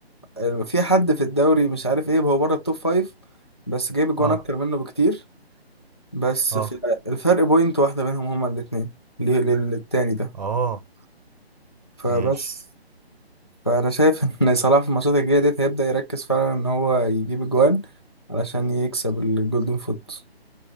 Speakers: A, on the left; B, on the right.
A: آه، في حد في الدوري مش عارف ايه هو بره التوب فايف بس جايب جوان
B: اه
A: اكتر منه بكتير بس
B: اه
A: في الفرق بوينت واحده بينهم هما الاثنين للتاني ده
B: اه
A: فبس
B: ماشي
A: فانا شايف <laughs> ان صلاح في الماتشات الجايه ديت هيبدا يركز فعلا ان هو يجيب الجوان علشان يكسب الجولدن فوت